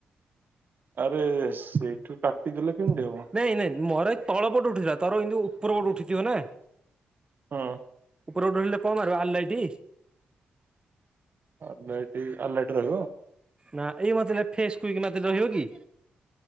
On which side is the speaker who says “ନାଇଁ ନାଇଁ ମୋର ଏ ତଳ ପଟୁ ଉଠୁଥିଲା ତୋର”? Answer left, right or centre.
Right